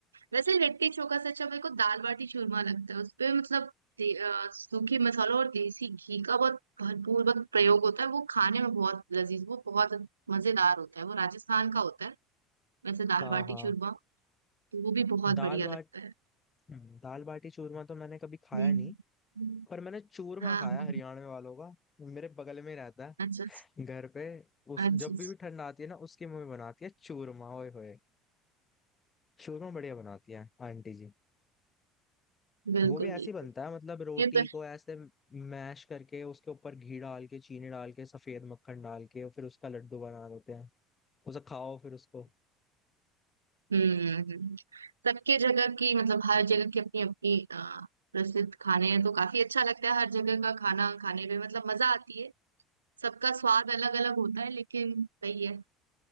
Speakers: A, on the right (about 80°); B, on the left (about 25°).
A: वैसे लिट्टी चोखा से अच्छा मेरे को दाल बाटी चूरमा लगता है उसपे मतलब दे- अ, सूखे मसालों और देसी घी का बहुत भरपूर बहुत प्रयोग होता है वो खाने में बहुत लजीज वो बहुत मजेदार होता है वो राजस्थान का होता है वैसे दाल
B: तक। हाँ
A: बाटी
B: हाँ
A: चूरमा तो वो भी बहुत
B: दाल
A: बढ़िया
B: बाट
A: लगता है
B: हम्म, दाल बाटी चूरमा तो मैंने कभी खाया
A: हम्म
B: नहीं
A: हम्म।
B: पर मैंने चूरमा
A: हाँ
B: खाया
A: हाँ
B: हरियाणा वालों का मेरे बगल में ही रहता
A: अच्छा
B: है घर पे उस
A: अच्छा
B: जब भी भी ठंड आती है ना उसकी मम्मी बनाती है चूरमा ओए होए चूरमा बढ़िया बनाती है आंटी जी
A: बिल्कुल
B: वो भी ऐसे
A: बिल्कुल
B: ही बनता है मतलब रोटी
A: ये तो
B: को ऐसे मैश करके उसके ऊपर घी डाल के चीनी डाल के सफेद मक्खन डाल के और फिर उसका लड्डू बना देते हैं उसे खाओ फिर उसको
A: हम्म सबके जगह की मतलब हर जगह की अपनी अपनी अ, प्रसिद्ध खाने हैं तो काफी अच्छा लगता है हर जगह का खाना खाने में मतलब मजा आती है सबका स्वाद अलग अलग होता है लेकिन सही है